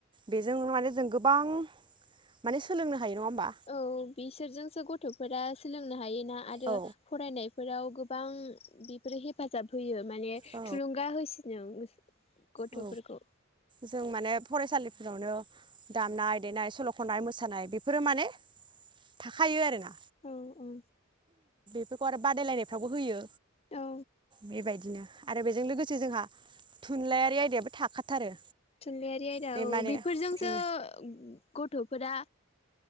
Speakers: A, on the right; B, on the left.
A: बेजों माने जों गोबां माने सोलोंनो हायो नङा होमबा?
B: औ औ बिसोरजोंसो गथ' फोरा सोलोंनो हायो ना आरो
A: औ
B: फरायनाय फोराव गोबां बेफोरो हेफाजाब होयो माने
A: औ
B: थुलुंगा होसि <unintelligible> गथ'फोरखौ
A: औ जों माने फरायसालिफोरावनो दामनाय देनाय सल' ख'नाय मोसानाय बेफोरो माने थाखायो आरोना
B: औ औ
A: खौ आरो बादायलायनायफ्रावबो होयो
B: औ
A: बेबायदिनो आरो बेजों लोगोसे जोंहा थुनलाया रि आयदायाबो थाखाथारो।
B: थुनलाइयारि आयदा
A: बे
B: औ
A: माने
B: बेफोरजोंसो
A: उम
B: गथ'फोरा